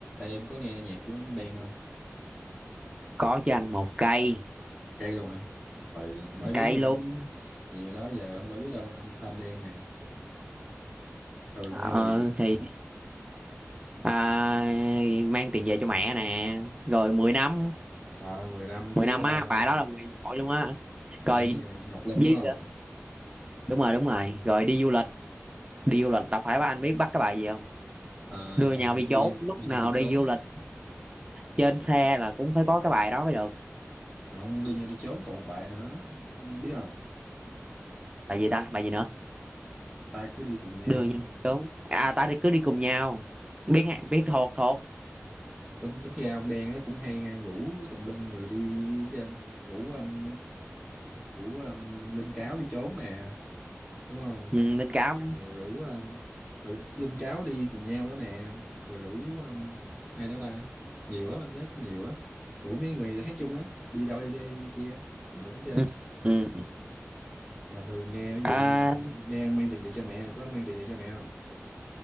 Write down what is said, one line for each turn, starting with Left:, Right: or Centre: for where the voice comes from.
Left: Ê, em có nghe nhạc của Đen không?
Right: có cho anh một cây
Left: Cây luôn hả? Vậy mới
Right: cây
Left: biết luôn
Right: luôn
Left: á. Nhiều đó giờ không đâu biết đâu. Anh fan Đen nè. Thường
Right: ờ,
Left: nghe bài gì?
Right: thì à, mang tiền về cho mẹ nè rồi mười năm
Left: À, 10 năm
Right: mười
Left: với
Right: năm
Left: ờ,
Right: á bà đó là quyền hội luôn á
Left: 10
Right: rồi
Left: năm với Ngọc Linh
Right: với
Left: đúng không?
Right: đúng rồi đúng rồi rồi đi du lịch đi du lịch đâu phải bà anh biết bắt cái bài gì không
Left: À,
Right: đưa nhau đi
Left: đưa
Right: chốn
Left: nhau,
Right: lúc
Left: đưa
Right: nào
Left: nhau đi
Right: đi
Left: trốn.
Right: du lịch trên xe là cũng phải có cái bài đó mới được
Left: À, Không đưa nhau đi trốn còn một bài nữa. Biết không?
Right: bài gì ta bài gì nữa
Left: Ta cứ đi cùng nhau.
Right: đưa nhau đi chốn à ta đi cứ đi cùng nhau biết hát-
Left: Ừ.
Right: biết thuộc thuộc
Left: Tính tính ra ông Đen á cũng hay nghe rủ tùm lum người đi chứ. Rủ um, rủ um, Linh Cáo đi trốn nè. Đúng không?
Right: ừ, Linh Cáo đó
Left: rồi rủ ờ, ừ, Linh Cáo đi cùng nhau đó nè rồi rủ um, ai nữa ta nhiều lắm anh nhớ cũng nhiều lắm rủ mấy người hát chung á đi đâu đi đây đi kia tùm lum chơi
Right: ừ. Ừ.
Left: mà thường nghe ví dụ
Right: À,
Left: nghe, nghe mang tiền về cho mẹ có mang tiền về cho mẹ không